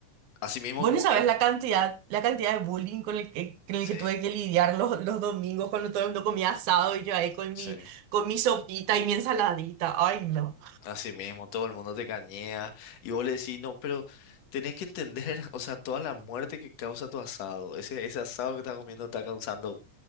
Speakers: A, on the left; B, on the right.
A: así mismo
B: Vos
A: como
B: no sabés
A: es.
B: la cantidad, la cantidad de bullying con el que, con el
A: Sí,
B: que tuve que lidiar los, los domingos cuando todo el mundo comía asado y yo ahí con
A: sí.
B: mi, con mi sopita y mi ensaladita. Ay, no.
A: Así mismo, todo el mundo te cañea y vos le decís, no, pero tenés que entender, <laughs> o sea, toda la muerte que causa tu asado, ese, ese asado que estás comiendo está causando